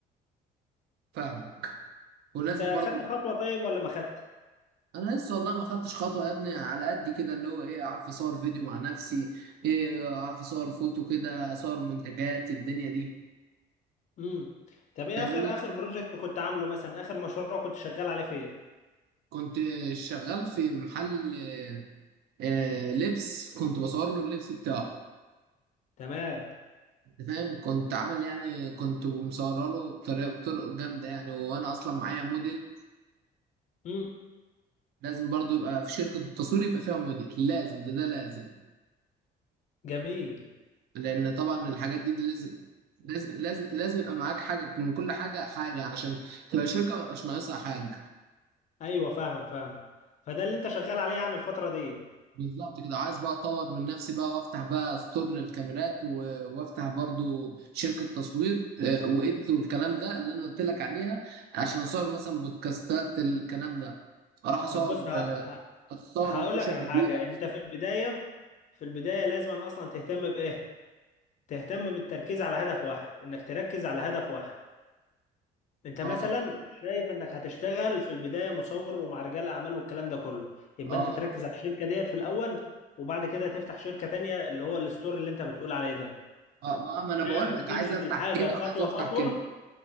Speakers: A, on the right; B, on the left.
A: فاهمك ولازم
B: انت
A: برضو
B: خدت خطوه طيب ولا ما خدت
A: انا لسه والله ما خدتش خطوه يا ابني على قد كده اللي هو ايه اعرف اصور فيديو مع نفسي ايه اعرف اصور فوتو كده اصور منتجات الدنيا دي
B: امم طب ايه
A: فاهمني
B: اخر اخر بروجكت كنت عامله مثلا اخر مشروع كنت شغال عليه فين
A: كنت شغال في محل آه، لبس كنت بصور له اللبس بتاعه
B: تمام
A: انت فاهم كنت عامل يعني كنت مصوره له بطريقه بطرق جامده يعني وانا اصلا معايا موديل
B: امم
A: لازم برضو يبقى في شركه التصوير يبقى فيها موديل لازم ده ده لازم
B: جميل
A: لان طبعا الحاجات دي لازم لازم لازم لازم يبقى معاك حاجه من كل حاجه حاجه عشان تبقى شركه ما يبقاش ناقصها حاجه
B: ايوه فاهمك فاهم فده اللي انت شغال عليه يعني الفتره دي
A: بالظبط كده عايز بقى اطور من نفسي بقى وافتح بقى ستور للكاميرات و... وافتح برضو شركة تصوير آه، وإيديت والكلام ده اللي انا قلت لك عليها عشان اصور مثلا بودكاستات الكلام ده اروح اصور
B: طب بص ه...
A: آه،
B: ه...
A: اصور
B: هقول
A: مطوشة
B: لك على حاجه
A: كبيرة
B: انت في البدايه في البدايه لازم اصلا تهتم بايه تهتم بالتركيز على هدف واحد انك تركز على هدف واحد انت
A: اه
B: مثلا شايف انك هتشتغل في البدايه مصور ومع رجال اعمال والكلام ده كله يبقى
A: اه
B: انت تركز على الشركه ديت في الاول وبعد كده تفتح شركه تانية اللي هو الستور اللي انت بتقول عليه ده
A: اه ما ما انا
B: ده
A: بقول
B: ما
A: لك
B: تمشي
A: عايز افتح
B: في الحاجه
A: كده
B: خطوه
A: وعايز افتح
B: خطوه
A: كده